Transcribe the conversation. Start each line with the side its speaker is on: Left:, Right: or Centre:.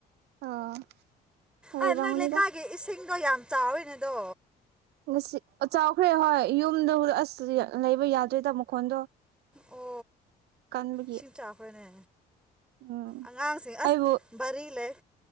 Right: ꯑꯣ ꯂꯩꯔꯝꯒꯅꯤꯗ
Centre: ꯑꯥ ꯅꯣꯏ ꯂꯩꯀꯥꯏꯒꯤ ꯏꯁꯤꯡꯗꯣ ꯌꯥꯝ ꯆꯥꯎꯔꯤꯅꯦ ꯑꯗꯣ
Right: ꯉꯁꯤ ꯑꯆꯥꯎꯈ꯭ꯔꯦ ꯍꯣꯏ ꯌꯨꯝꯗ ꯎꯗꯥ ꯑꯁ ꯂꯩꯕ ꯌꯥꯗ꯭ꯔꯤꯗ ꯃꯈꯣꯟꯗꯣ
Centre: ꯑꯣ
Right: ꯀꯟꯕꯒꯤ
Centre: ꯏꯁꯤꯡ ꯆꯥꯈ꯭ꯔꯅꯦ
Right: ꯎꯝ
Centre: ꯑꯉꯥꯡꯁꯦ ꯑꯁ
Right: ꯑꯩꯕꯨ
Centre: ꯕꯔꯤ ꯂꯩ